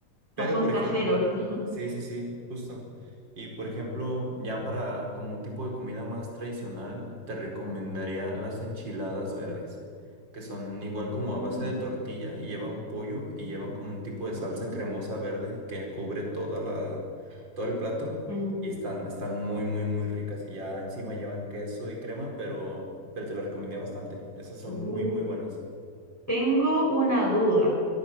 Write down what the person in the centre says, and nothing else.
Sazón
casero.
<laughs>
Mm,
ujú,
mm,
ujú.
Tengo una duda.